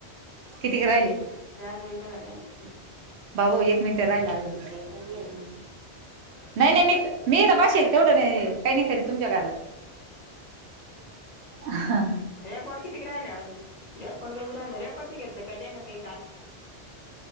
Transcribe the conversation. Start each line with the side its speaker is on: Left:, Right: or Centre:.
Right: कितीक राहिले?
Left: नऊ मिनटं झाल्यावर.
Right: बाबो एक मिनिटं राहिला आजून.
Left: हम्म
Right: नाही नाही मी मी इथ बशेले तेवढं नाही, काही नाही करीत तुमच्या घरात. हा.
Left: रेकॉर्ड कितीक राहिले आजुन? रेकॉर्ड गंज राहिलं. रेकॉडच घेतलंय का त्यानं काही काम?